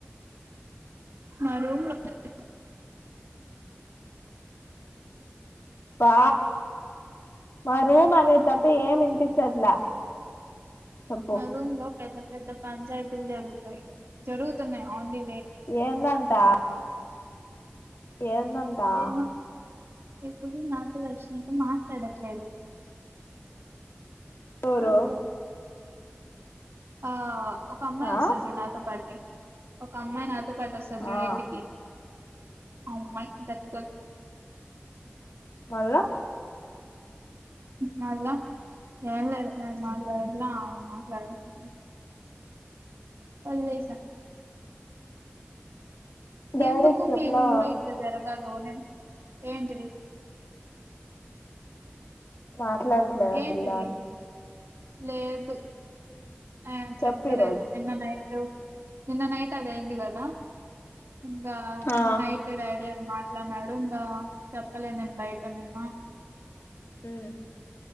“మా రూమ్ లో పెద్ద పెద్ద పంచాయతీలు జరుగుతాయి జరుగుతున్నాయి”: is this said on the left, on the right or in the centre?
Right